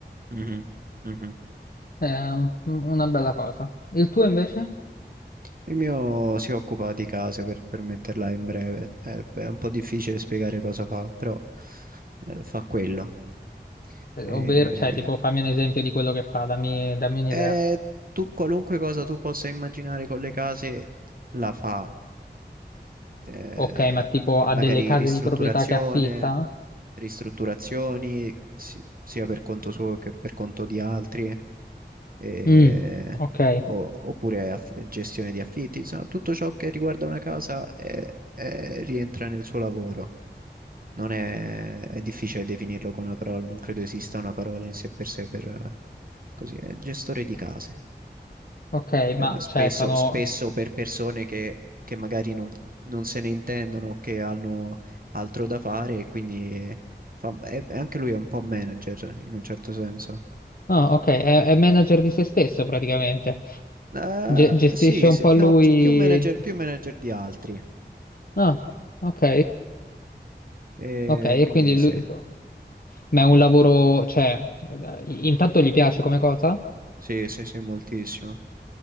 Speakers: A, on the right (about 55°); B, on the left (about 55°).
A: Mhm. Mhm.
B: È un- una bella cosa. Il tuo invece?
A: Il mio si occupa di case per, per metterla in breve. Eh, beh, è un po' difficile spiegare cosa fa, però eh, fa quello.
B: Eh,
A: Eh,
B: Ovvero, cioè, tipo, fammi un esempio di quello che fa, dammi, dammi un'idea.
A: eh, tu qualunque cosa tu possa immaginare con le case la fa. eh,
B: Ok, ma tipo ha
A: magari
B: delle case
A: ristrutturazione,
B: di proprietà che affitta?
A: ristrutturazioni si- sia per conto suo che per conto di altri, eh,
B: Mm, ok,
A: o- oppure aff- gestione di affitti, insomma, tutto ciò che riguarda una casa è- è- rientra nel suo lavoro. Non è, è difficile definirlo con una parola, non credo esista una parola in sé per sé per eh, così, è gestore di case
B: ok, ma
A: eh, spesso,
B: cioè sono...
A: spesso per persone che, che magari non, non se ne intendono, che hanno altro da fare e quindi eh, fa- è- anche lui è un po' manager in un certo senso.
B: Ah, ok, è, è manager di se stesso praticamente.
A: Eh,
B: Ge- gestisce
A: sì,
B: un
A: sì,
B: po' lui...
A: no, pi- più manager, più manager di altri.
B: Ah, ok,
A: E
B: ok, e
A: quindi
B: quindi lui...
A: sì,
B: Ma è un lavoro, cioè, intanto gli piace come cosa?
A: sì, sì, sì, moltissimo.